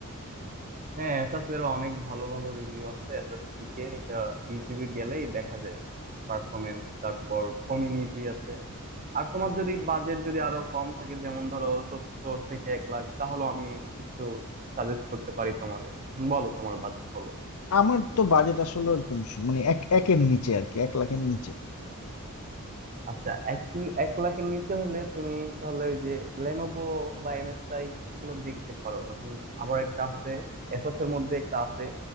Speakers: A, on the right; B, on the left.
A: হ্যাঁ এসএস এর অনেক ভালো ভালো রিভিউ আছে এসএস টিকে এটা ইউটিউবে গেলেই দেখা যায় পারফরমেন্স তারপর কমিউনিটি আছে আর তোমার যদি বাজেট যদি আরো কম থাকে যেমন ধরো সত্তর থেকে এক লাখ তাহলে আমি কিছু সাজেস্ট করতে পারি তোমারে বলো তোমার বাজেট বলো
B: আমার তো বাজেট আসলে ওরকম স- মানে এক একের নিচে আর কি এক লাখের নিচে
A: আচ্ছা এক এক লাখের নিচে হইলে তুমি তাহলে ওই যে লেনোভো বা এমএসআই এগুলো দেখতে পারো এখন আবার একটা আছে এসাস এর মধ্যে একটা আছে